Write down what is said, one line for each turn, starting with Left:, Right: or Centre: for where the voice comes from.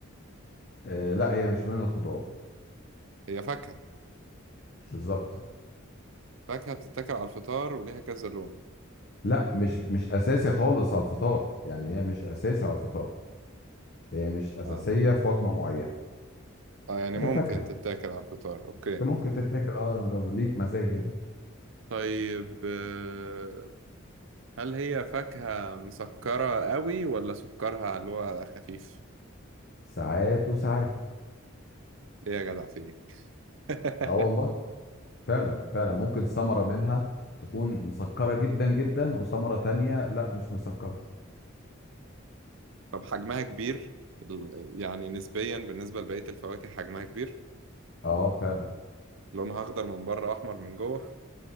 Left: آه، لا هي مش من الخضروات
Right: هي فاكهة
Left: بالظبط
Right: فاكهة بتتاكل على الفطار وليها كذا لون
Left: لا مش مش اساسي خالص على الفطار يعني هي مش اساسي على الفطار هي مش اساسيه
Right: اه,
Left: في وجبه معينه
Right: آه يعني
Left: هي
Right: ممكن
Left: فاكهه
Right: تتاكل على الفطار اوكي
Left: بس ممكن تتاكل اه لو ليك مزاج يعني
Right: طيب آه، هل هي فاكهة مسكرة قوي ولا سكرها اللي هو خفيف
Left: ساعات وساعات
Right: ايه يا جدع في ايه <laughs>
Left: اه والله فعلا فعلا ممكن ثمره منها تكون مسكره جدا جدا وثمره تانية لا مش مسكره
Right: طب حجمها كبير ال- يعني نسبيا بالنسبة لبقية الفواكه حجمها كبير
Left: اه فعلا
Right: لونها اخضر من بره واحمر من جوه